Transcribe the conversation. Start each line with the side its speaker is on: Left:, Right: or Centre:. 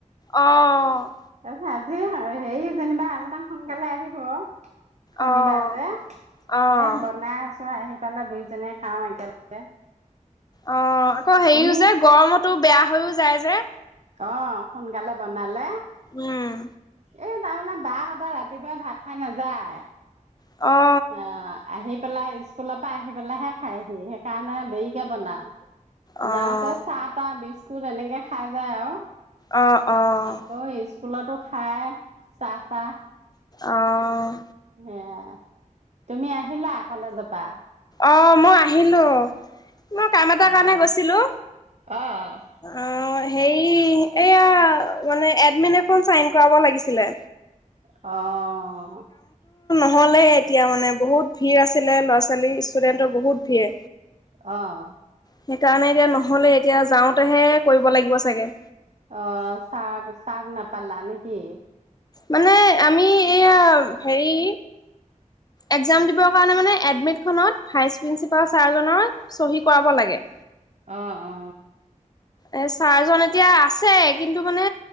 Left: অ'।
Right: তাৰপিছত আজি হেৰি যেনিবা অলপমান সোনকালে আহিব। শনিবাৰ
Left: অ'
Right: যে
Left: অ'
Right: এ বনাই আছ আহি পালে দুইজনে খাওঁ একেলগে।
Left: অ', আকৌ হেৰিও
Right: তুমি
Left: যে গৰমতো বেয়া। হৈও যায় যে।
Right: অ', সোনকালে বনালে।
Left: উম।
Right: এই তাৰমানে বাহঁতৰ ৰাতিপুৱাই ভাত খাই নাযায়।
Left: অ'।
Right: অ', আহি পেলাই স্কুলৰ পৰা আহি পেলাইহে খাইহি সেইকাৰণে দেৰিকে বনাও।
Left: অ'
Right: যাওঁতে চাহ টা বিছ স্কুল এনেকে খাই যায় আৰু।
Left: অ', অ'।
Right: আকৌ স্কুলতো খাই চাহ তাহ
Left: অ'
Right: উম। তুমি আহিলা কলেজত? বা
Left: অ', মই আহিলোঁ। মই কাম এটাৰ
Right: অ'।
Left: কাৰণে গৈছিলো
Right: অ'।
Left: আহ হে এয়া মানে এডমিন এখন চাইন কৰাব লাগিছিলে।
Right: অ'।
Left: নহ'লে এতিয়া মানে বহুত ভিৰ আছিলে ল'ৰা ছোৱালী, ষ্টুডেণ্টৰ বহুত ভিৰ
Right: অ'।
Left: সেইকাৰণে এতিয়া নহ'লে এতিয়া যাওঁতেহে কৰিব লাগিব চাগে।
Right: অ', চাহ চাহ নাপালা নেকি?
Left: মানে আমি এয়া হেৰি। এক্সাম দিব কাৰণে মানে এডমিট খনত ভাইচ প্ৰিন্সিপাল চাৰ জনৰ চহী কৰাব লাগে।
Right: অ অ অ
Left: এ ছাৰজন এতিয়া আছে কিন্তু মানে